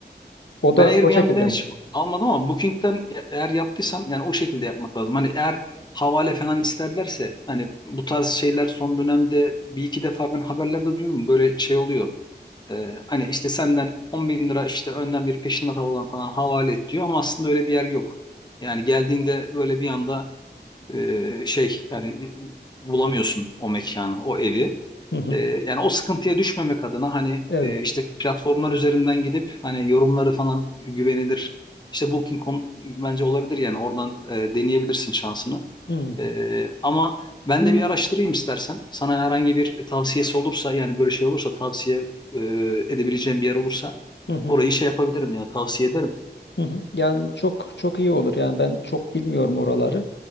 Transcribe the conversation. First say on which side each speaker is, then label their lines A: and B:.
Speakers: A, on the left (about 80°); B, on the left (about 25°).
A: o
B: ben
A: da
B: Airbnb'den
A: o şekilde mi?
B: hiç almadım ama Booking'den e- eğer yaptıysan yani o şekilde yapmak lazım. Hani eğer havale falan isterlerse hani bu tarz şeyler son dönemde bir iki defa ben haberlerde duydum böyle şey oluyor. E, hani işte senden 10 bin lira işte önden bir peşinat alalım falan havale et diyor ama aslında öyle bir yer yok. Yani geldiğinde böyle bir anda e, şey yani bulamıyorsun o mekanı, o evi.
A: Hı hı.
B: E, yani o sıkıntıya düşmemek adına hani
A: Evet.
B: e, işte platformlar üzerinden gidip hani yorumları falan güvenilir. İşte Booking.com bence olabilir yani oradan e, deneyebilirsin şansını.
A: Hı hı.
B: E, ama ben de bir Hmm. araştırayım istersen. Sana herhangi bir tavsiyesi olursa yani böyle şey olursa tavsiye e, edebileceğim bir yer olursa
A: Hı hı.
B: orayı şey yapabilirim yani tavsiye ederim.
A: Hı hı. Yani çok çok iyi olur. Yani ben çok bilmiyorum oraları.